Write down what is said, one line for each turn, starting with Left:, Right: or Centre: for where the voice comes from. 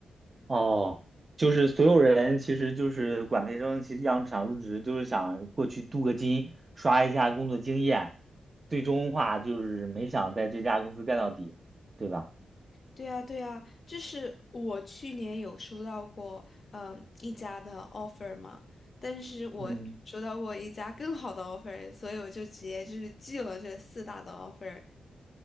Right: 哦，就是所有人其实就是管培生，其实想想入职就是想过去镀个金，刷一下工作经验，最终话就是没想在这家公司干到底，对吧？
Left: 对呀，对呀，就是我去年有收到过，嗯，一家的 offer 嘛，但是我收到过一家更好的
Right: 嗯，
Left: offer，所以我就直接就是拒了这四大的 offer。